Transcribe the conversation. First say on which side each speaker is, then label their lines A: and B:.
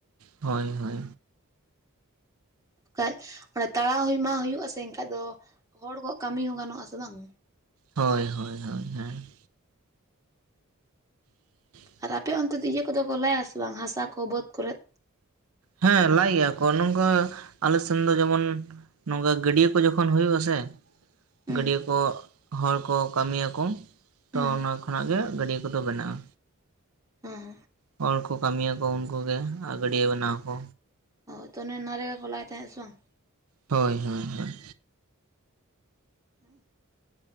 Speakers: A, on the right; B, on the right.
A: ᱦᱳᱭ ᱦᱳᱭ
B: ᱠᱷᱟᱡ ᱚᱱᱟ ᱛᱟᱲᱟᱣ ᱦᱩᱭᱢᱟ ᱦᱩᱭᱩᱜ-ᱟ ᱥᱮ ᱮᱱᱠᱷᱟᱡ ᱫᱚ ᱦᱚᱲ ᱠᱚᱣᱟᱜ ᱠᱟᱹᱢᱤ ᱦᱚᱸ ᱜᱟᱱᱚᱜ-ᱟ ᱥᱮ ᱵᱟᱝ?
A: ᱦᱳᱭ ᱦᱳᱭ ᱦᱳᱭ ᱦᱮᱸ <inaudible>
B: ᱟᱨ ᱟᱯᱮ ᱚᱱᱛᱮ ᱫᱚ ᱤᱭᱟᱹ ᱠᱚᱫᱚ ᱠᱚ ᱞᱟᱭᱟ ᱥᱮ ᱵᱟᱝ ᱦᱟᱥᱟ ᱠᱚ ᱵᱟᱹᱫᱽ ᱠᱚᱨᱮᱜ?
A: ᱦᱮᱸ ᱞᱟᱭ ᱜᱮᱭᱟ ᱠᱚ ᱱᱚᱝᱠᱟ ᱟᱞᱮ ᱥᱮᱱ ᱫᱚ ᱡᱮᱢᱚᱱ ᱱᱚᱝᱠᱟ ᱜᱟᱹᱰᱭᱟᱹ ᱠᱚ ᱡᱚᱠᱷᱚᱱ ᱦᱩᱭᱩᱜ-ᱟᱥᱮ
B: ᱦᱩᱸ
A: ᱜᱟᱹᱰᱭᱟᱹ ᱠᱚ ᱦᱚᱲ ᱠᱚ ᱠᱟᱹᱢᱤᱭᱟᱠᱚ
B: ᱦᱩᱸ
A: ᱛᱚ ᱚᱱᱟ ᱠᱷᱚᱱᱟᱜ ᱜᱮ ᱜᱟᱹᱰᱭᱟᱹ ᱠᱚᱫᱚ ᱵᱮᱱᱟᱜ-ᱟ᱾
B: ᱦᱮᱸ
A: ᱦᱚᱲ ᱠᱚ ᱠᱟᱹᱢᱤᱭᱟᱠᱚ ᱩᱱᱠᱩ ᱜᱮ ᱟᱨ ᱜᱟᱹᱰᱭᱟᱹ ᱵᱮᱱᱟᱣᱟ ᱠᱚ᱾
B: ᱦᱳ ᱛᱚ ᱚᱱᱮ ᱚᱱᱟ ᱨᱮᱜᱟ ᱠᱚ ᱞᱟᱭ ᱛᱟᱦᱮᱸᱜ ᱟᱥᱮ ᱵᱟᱝ?
A: ᱦᱳᱭ ᱦᱳᱭ ᱦᱳᱭ
B: ᱦᱚᱜ-ᱚ